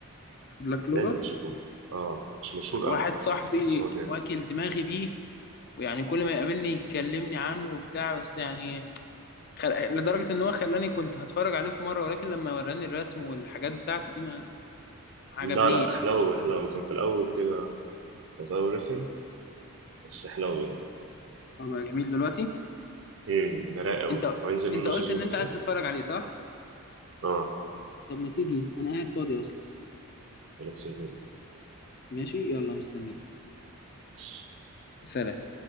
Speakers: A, on the left; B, on the right.
A: بلاك كلوفر
B: لازم تشوفوه أه مش مشهور
A: واحد
B: أوي
A: صاحبي
B: بس هو جامد
A: واكل دماغي بيه ويعني كل ما يقابلني يكلمني عنه وبتاع بس يعني خل... لدرجة ان هو خلاني كنت هتفرج عليه في مرة ولكن لما وراني الرسم والحاجات بتاعته دي ما عجبنيش
B: لا لا حلو حلو كان في الأول كده كان في الأول رخم بس حلو يعني
A: أبقى جميل دلوقتي
B: امم براء أوي
A: انت
B: وهينزل
A: انت
B: منه
A: قلت
B: سيزون
A: ان
B: اللي
A: انت
B: فات
A: عايز تتفرج عليه صح
B: أه
A: طب ما تيجي انا قاعد فاضي اصلا
B: خلاص يلا
A: ماشي يلا مستنيك
B: بينا.
A: سلام